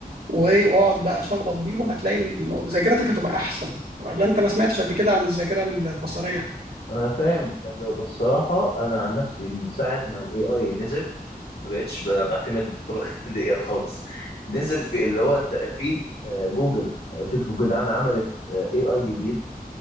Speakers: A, on the right; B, on the left.
A: و- واقعد بقى شخبط بيهم هتلاقي الم- ذاكرتك هتبقى أحسن ولا أنت ما سمعتش قبل كده عن الذاكرة البصرية
B: انا فاهم الكلام دوت بس الصراحه انا عن نفسي من ساعه ما الاي اي نزل ما بقتش ب- بعتمد بالطرق <laughs> ديت خالص نزل في اللي هو انت في آه، جوجل آه، شركه جوجل عم- عملت اي اي جديد